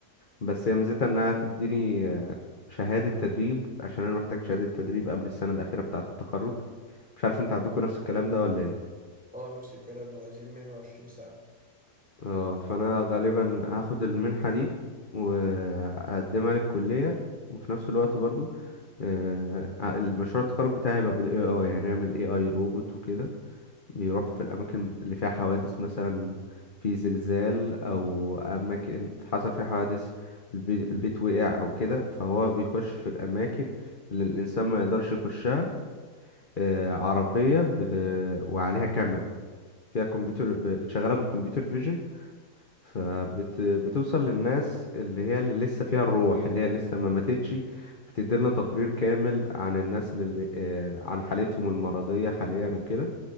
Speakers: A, on the left (about 35°); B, in the centre.
A: بس هي ميزتها إنها تديني آه، شهادة تدريب عشان أنا محتاج شهادة تدريب قبل السنة الأخيرة بتاعة التخرج مش عارف أنت عندكم نفس الكلام ده ولا إيه
B: اه نفس الكلام عايزين 120 ساعة
A: اه فأنا غالبا هاخد المنحة دي وهقدمها للكلية وفي نفس الوقت برضو آه، المشروع التخرج بتاعي هيبقى بال AI هنعمل AI روبوت وكده بيروح في الأماكن بت- اللي فيها حوادث مثلا في زلزال أو أماكن حصل فيها حوادث البي- البيت وقع أو كده فهو بيخش في الأماكن اللي الإنسان ما يقدرش يخشها آه، عربية بت... وعليها كاميرا فيها كمبيوتر ب- شغالة بالكمبيوتر فيجن فبتوصل للناس اللي هي اللي لسه فيها الروح اللي هي لسه ما ماتتش بتديلنا تقرير كامل عن الناس اللي آه، عن حالتهم المرضية حاليا وكده